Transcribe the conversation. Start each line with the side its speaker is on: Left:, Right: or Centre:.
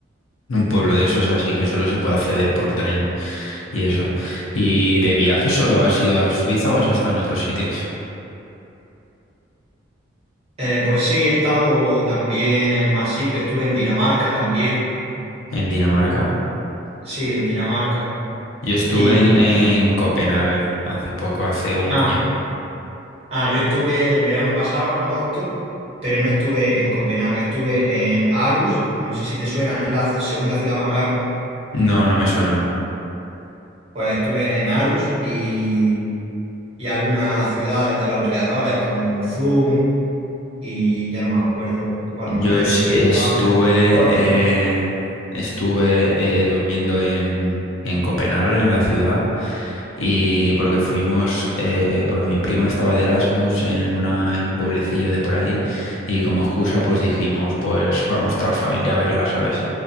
Left: Un pueblo de esos así que solo se puede acceder por tren y eso. ¿Y de viaje solo has ido a Suiza o has estado en otros sitios?
Right: Eh, pues sí, he estado también en más sitios. Estuve en Dinamarca también.
Left: En Dinamarca.
Right: Sí, en Dinamarca.
Left: Yo estuve
Right: Y
Left: en, en Copenhague hace poco, hace un
Right: ah,
Left: año.
Right: ah, yo estuve el verano pasado, en agosto, pero no estuve en Copenhague. Estuve en Aarhus. No sé si te suena, es la segunda ciudad más grande.
Left: No, no me suena.
Right: Pues estuve en Aarhus y, y algunas ciudades de los alrededores como Zoom y ya no me acuerdo cuál
Left: Yo
Right: más, pero
Left: es-
Right: sí,
Left: estuve,
Right: estaba, estaba
Left: eh,
Right: chulo.
Left: estuve eh, durmiendo en, en Copenhague, en la ciudad, y porque fuimos, eh, porque mi prima estaba de Erasmus en una, en un pueblecillo de por ahí, y como excusa, pues dijimos, pues vamos toda la familia a verla, ¿sabes?